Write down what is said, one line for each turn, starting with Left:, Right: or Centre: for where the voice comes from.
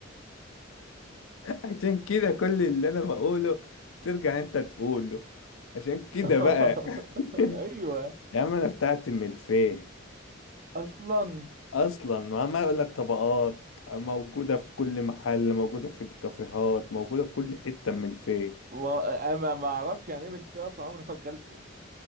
Left: عشان كده كل اللي انا بقوله بترجع انت تقوله عشان كده
Right: <laughs>
Left: بقى <laughs>
Right: ايوه
Left: يا عم انا بتاعتي ملفيه
Right: اصلا
Left: اصلا وعمال اقول لك طبقات موجوده في كل محل موجوده في الكافيهات موجوده في كل حته من الفيك
Right: ما ما ما اعرفش يعني ايه بالفئة اصلا عمري ما اكلته